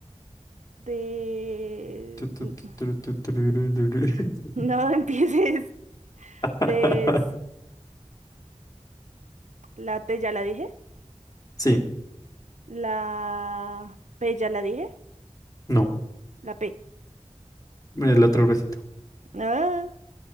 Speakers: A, on the right; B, on the left.
A: de...
B: Tu, tu,
A: <laughs>
B: tu, tu, tu, tu, ru, ru, ru, ru.
A: No empieces.
B: <laughs>
A: De... es- La T ya la dije.
B: Sí,
A: La P ya la dije.
B: no.
A: La P.
B: El otro bracito.
A: Ah,